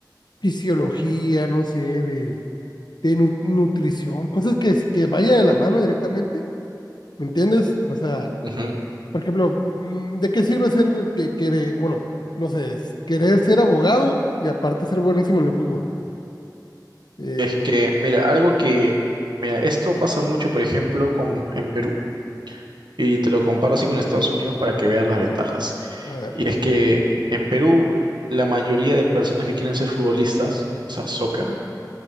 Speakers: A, on the left; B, on the right.
A: fisiología, no sé, de, de nu- nutrición, cosas que, que vaya de la mano directamente ¿Me entiendes? O sea,
B: Ujú.
A: por ejemplo, mm, ¿de qué sirve ser que quiere, bueno, no sé, es querer ser abogado y aparte ser buenísimo en el fútbol? Eh,
B: Es que, mira, algo que, mira, esto pasa mucho, por ejemplo, con, en Perú, y te lo comparo así con Estados Unidos para que veas las ventajas.
A: a ver,
B: Y es que en Perú, la mayoría de personas que quieren ser futbolistas, o sea, soccer,